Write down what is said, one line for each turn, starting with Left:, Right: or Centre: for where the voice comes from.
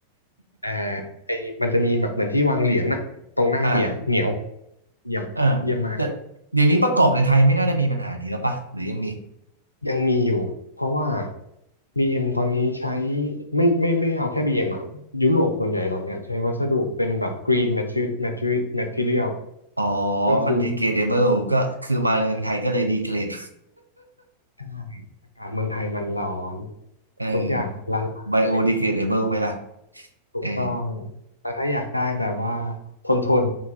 Left: แอร์ไอมันจะมีแบบเหมือนที่วางเหรียญน่ะตรงหน้าเกียร์เหนียว
Right: อ่า
Left: เยี่ยมเยี่ยมมาก
Right: อ่าแต่เดี๋ยวนี้ประกอบในไทยไม่น่าจะมีปัญหานี้แล้วปะหรือยังมี
Left: ยังมีอยู่เพราะว่า BM ตอนนี้ใช้ไม่ไม่ไม่เอาแค่ BM อมอ่ะยุโรปส่วนใหญ่ตอนเนี้ยใช้วัสดุเป็นแบบ green materi- materi- material
Right: อ๋อ
Left: ก็คือ
Right: มันดีเกรดเบิลก็คือมาเมืองไทยก็เลยดีเกรด
Left: ใช่อากาศเมืองไทยมันร้อน
Right: เออ
Left: ทุกอย่างละลาย
Right: ไบโอดีเกรดเบิลไหมล่ะ
Left: ถูกต้อง
Right: เออ
Left: แต่ถ้าอยากได้แบบว่าทนทน